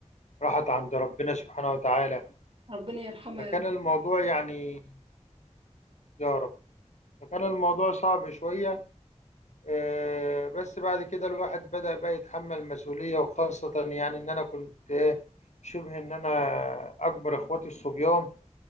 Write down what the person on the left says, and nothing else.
راحت عند ربنا سبحانه وتعالى
فكان
الموضوع يعني يا رب فكان الموضوع صعب شوية آه، بس بعد كده الواحد بدأ بقى يتحمل المسؤولية وخاصة يعني إن أنا كنت آه، شبه إن أنا أكبر إخواتي الصبيان